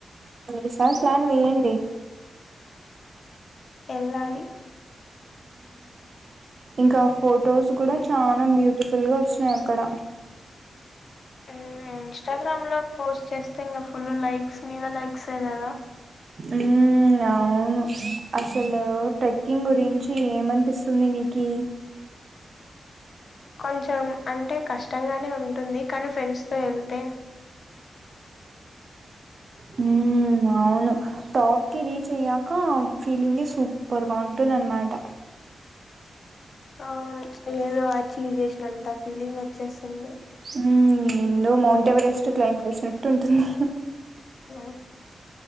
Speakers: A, on the right; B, on the left.
A: ఈసారి ప్లాన్ వేయండి.
B: ఎల్లాలి.
A: ఇంకా ఫొటోస్ కూడా చాలా బ్యూటిఫుల్గా వచ్చినయి అక్కడ
B: మ్ ఇన్స్టాగ్రామ్లో పోస్ట్ చేస్తే ఇంకా ఫుల్ లైక్స్ మీద లైక్సే కదా
A: మ్ అవును అసలు ట్రెక్కింగ్ గురించి ఏమనిపిస్తుంది నీకీ
B: కొంచెం అంటే కష్టంగానే ఉంటుంది కానీ ఫ్రెండ్స్ తో ఎళ్తే
A: హ్ మ్ అవును టాప్ కి రీచ్ అయ్యాక ఫీలింగే సూపర్ గా ఉంటుంది అన్నమాట
B: ఆ ఏదో అచీవ్ చేసినంత ఫీలింగ్ వచ్చేస్తుంది.
A: హుమ్ ఏందో మౌంట్ ఎవరెస్ట్ క్లై చేసినట్టు ఉంటుంది
B: ఆ